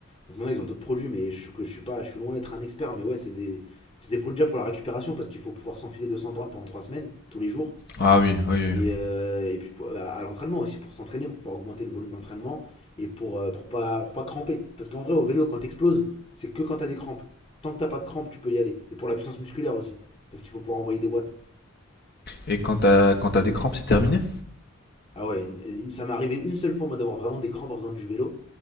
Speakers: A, on the left (about 25°); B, on the left (about 50°).
A: Donc maintenant, ils ont d'autres produits, mais je, suis- que je suis pas, je suis loin d'être un expert. Mais ouais, c'est des, c'est des produits déjà pour la récupération parce qu'il faut pouvoir s'enfiler 200 bornes pendant 3 semaines, tous les jours.
B: Ah oui, oui,
A: Et,
B: oui.
A: euh, et puis à, à l'entraînement aussi, pour s'entraîner, pour pouvoir augmenter le volume d'entraînement et pour, euh, pour, pas, pour pas cramper. Parce qu'en vrai, au vélo, quand t'exploses, c'est que quand t'as des crampes. Tant que t'as pas de crampes, tu peux y aller. Et pour la puissance musculaire aussi, parce qu'il faut pouvoir envoyer des watts.
B: Et quand t'as quand t'as des crampes, c'est terminé
A: Ah ouais, une- une- ça m'est arrivé une seule fois, moi, d'avoir vraiment des crampes en faisant du vélo.